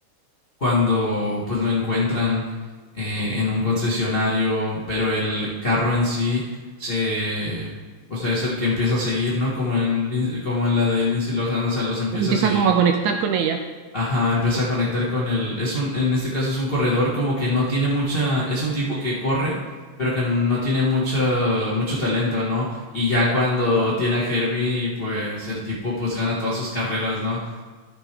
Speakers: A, on the left (about 85°); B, on the right (about 80°).
A: cuando pues lo encuentran eh, en un concesionario, pero el carro en sí se, o sea, es el que empieza a seguir, ¿no? Como en, Lin- como en la de Lindsay Lohan, o sea, los empieza
B: Empieza
A: a seguir.
B: como a conectar con ella.
A: Ajá, empieza a conectar con el, es un, en este caso es un corredor como que no tiene mucha, es un tipo que corre, pero que no tiene mucho, mucho talento, ¿no? Y ya cuando tiene a Herbie, pues el tipo pues gana todas sus carreras, ¿no?